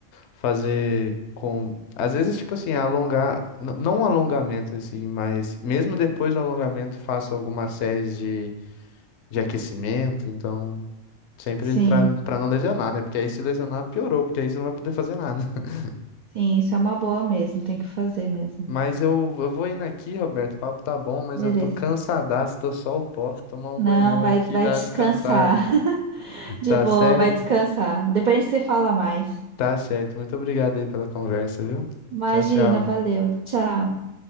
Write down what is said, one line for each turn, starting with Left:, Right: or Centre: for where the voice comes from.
Left: fazer com. Às vezes, tipo assim, alongar. n- Não um alongamento, assim, mas mesmo depois do alongamento, faço algumas séries de, de aquecimento. Então, sempre
Right: Sim.
Left: pra, pra não lesionar, né? Porque aí se lesionar, piorou, porque aí você não vai poder fazer nada. <laughs>
Right: Sim, isso é uma boa mesmo, tem que fazer mesmo.
Left: Mas eu, eu vou indo aqui, Roberto. O papo tá bom, mas
Right: Beleza.
Left: eu tô cansadaço, tô só o pó. Tomar um
Right: Não,
Left: banhão
Right: vai,
Left: aqui,
Right: vai
Left: dar
Right: descansar.
Left: uma descansada.
Right: <laughs> De
Left: Tá
Right: boa,
Left: certo?
Right: vai descansar. Depois a gente se fala mais.
Left: Tá certo. Muito obrigado aí pela conversa, viu?
Right: Imagina,
Left: Tchau, tchau.
Right: valeu. Tchau.